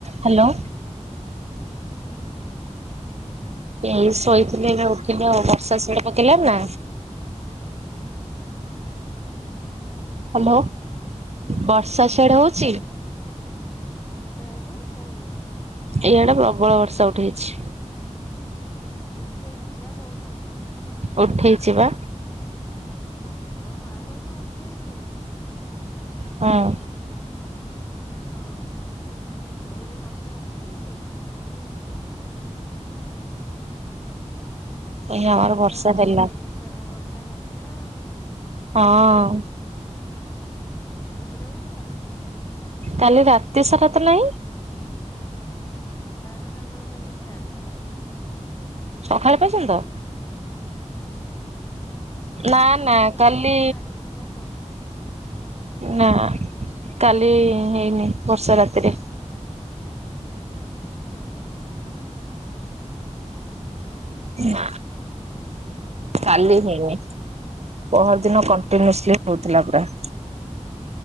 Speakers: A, on the right; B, on the left.
A: Hello.
B: କଣ୍ କରୁଚନ୍ତି?
A: ଏଇ ଶୋଇଥିଲି ଏଇନା ଉଠିଲି ଆଉ- ବର୍ଷା ସିଆଡେ ପକେଇଲାଣି ନା? ହ୍ୟାଲୋ।
B: ହାଲୋ ହଁ
A: ବର୍ଷା ସିଆଡେ ହଉଛି?
B: ହ୍ୟାଲୋ। ନାଇଁ ମୁଁ ହଉନି।
A: ଏଇଆଡ ପ୍ରବଳ ବର୍ଷା ଉଠେଇଚି।
B: ଉଠେଇଚି ନା ହଉଚି?
A: ଉଠେଇଚି ବା।
B: ଓହୋ ଆମର ବି ଉଠେଇଚି
A: ହଁ।
B: ହେଇନି। ହଁ ଜୋର୍ ରେ ବର୍ଷା ଉଠେଇଚି କିନ୍ତୁ ହେଇନି।
A: ଏଇ ଆମର
B: କାଲି
A: ବର୍ଷା
B: ତ ରାତି
A: ହେଲା
B: ସାରା ବର୍ଷା ହଉଥିଲା ଆଉ।
A: ହଁ।
B: ସେପଟେ ହଉଥିଲା?
A: କାଲି ରାତି ସାରା ତ ନାହିଁ
B: ବାରଟା ବେଳକୁ କାଲି ଷ୍ଟାର୍ଟ ହେଲା।
A: ସଖାଳେ ପର୍ଯ୍ୟନ୍ତ?
B: ହଁ ଶୋଇଲା
A: ନା
B: ଭିତରେ
A: ନା
B: କେତେବେଳେ
A: କାଲି
B: ଛାଡିଥିବ କଣ
A: ନା କାଲି ହେଇନି ବର୍ଷା ରାତିରେ।
B: ଆମର ଏପଟେ ହେଉଥିଲା।
A: ନା। କାଲି ହେଇନି ପଅର୍ ଦିନ କଣ୍ଟିନୁସଲି ହଉଥିଲା ପୁରା।